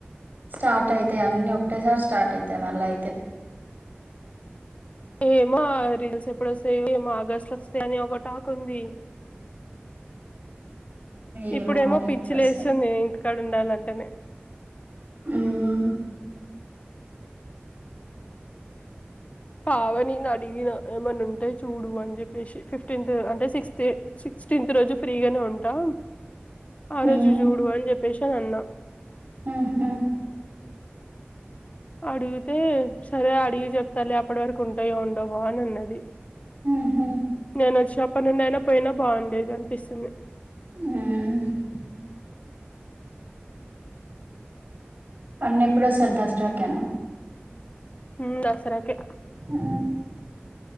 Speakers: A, on the right (about 50°); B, on the left (about 35°).
A: స్టార్ట్ అయితయి అన్ని ఒకటేసారి స్టార్ట్ అయితయి మళ్ల అయితే
B: ఏమో ఆ రిజల్ట్స్ ఎప్పుడొస్తయో ఏమో ఆగస్ట్ల వొస్తయి అని ఒక టాక్ ఉంది
A: ఏమో
B: ఇప్పుడేమో
A: మరి
B: పిచ్చి
A: ఎప్పుడొస్తాయో
B: లేస్తుంది ఇంటికాడ ఉండాలంటేనే
A: ఉమ్
B: పావనిని అడిగిన ఏమన్న ఉంటే చూడు అని చెప్పేసి ఫిఫ్టీన్త్ అంటే సిక్స్త సిక్స్టీన్త్ రోజు ఫ్రీగానే ఉంటా ఆ
A: ఉమ్
B: రోజు జూడు అని చెప్పేసి అని అన్న
A: ఆహా
B: అడుగుతే సరే అడిగి చెప్తాలే అప్పటి వరకు ఉంటయో ఉండవొ అని అన్నది
A: ఉహు
B: నేను వొచ్చినప్పటి నుండి అయినా పోయినా బాగుండేది అనిపిస్తుంది
A: ఉమ్ అన్నేప్పుడోస్తడు దసరా కేనా
B: ఉ దసరాకె
A: ఉ